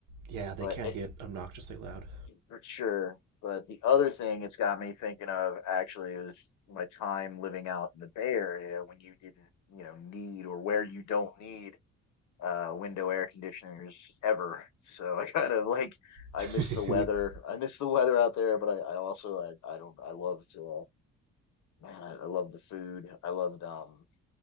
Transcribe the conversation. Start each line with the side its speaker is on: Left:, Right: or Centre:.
Right: Yeah, they
Left: but
Right: can
Left: it
Right: get obnoxiously loud.
Left: for sure. But the other thing it's got me thinking of actually is my time living out in the Bay Area when you didn't, you know, need or where you don't need uh, window air conditioners ever. So I kind of like I
Right: <laughs>
Left: miss the weather. I miss the weather out there, but I, I also I, I don't I loved uh, man I, I love the food. I loved um